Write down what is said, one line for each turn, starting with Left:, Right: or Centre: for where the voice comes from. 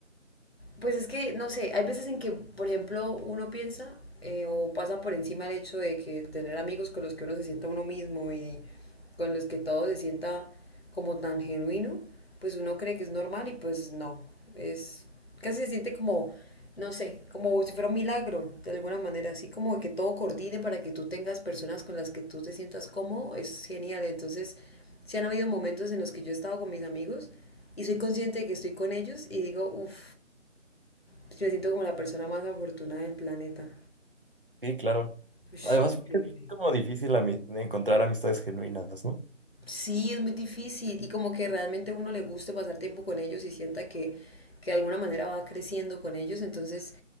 Left: pues es que, no sé, hay veces en que, por ejemplo, uno piensa eh, o pasa por encima el hecho de que tener amigos con los que uno se sienta uno mismo y con los que todo se sienta como tan genuino, pues uno cree que es normal y pues no, es casi se siente como, no sé, como si fuera un milagro, de alguna manera, así como que todo coordine para que tú tengas personas con las que tú te sientas cómodo, es genial. Entonces, sí han habido momentos en los que yo he estado con mis amigos y soy consciente de que estoy con ellos y digo, uff, pues Me siento como la persona más afortunada del planeta.
Right: Sí, claro.
Left: Ush,
Right: Además,
Left: increíble.
Right: porque es como difícil ami- encontrar amistades genuinas, ¿no?
Left: Sí, es muy difícil y como que realmente a uno le guste pasar tiempo con ellos y sienta que, que de alguna manera va creciendo con ellos, entonces